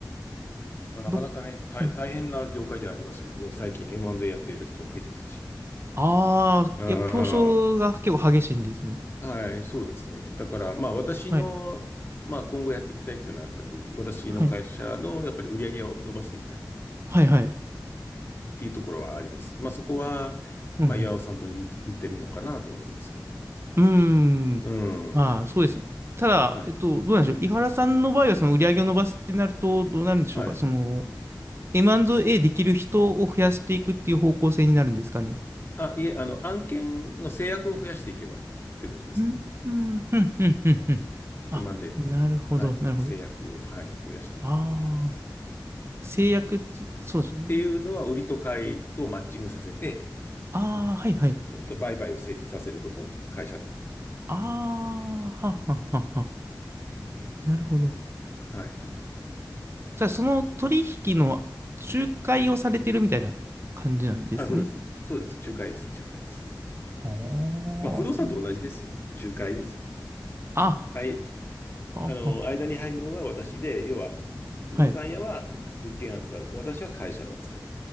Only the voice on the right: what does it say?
ど、
はい。
ああ、
いや、競争が結構激しいんですね。
はい。
はい。
はい、はい。
うん、
うん。うーん。
まあ、そうですね。ただ、
えっと、どうなんでしょう。井原さんの場合は、その売り上げを伸ばすってなると、どうなるんでしょうか。
その、M&A できる人を増やしていくっていう方向性になるんですかね。
うん、うん、うん、うん、うん。うんあ、
なるほど、
なるほど。
ああ、制約って、そうですよね。
ああ、はい、はい。
ああ、はっはっはっは。なるほど。
じゃあ、その取引の仲介をされてるみたいな感じなんですね。
あ
ー
あ、
あ、
あ
はい。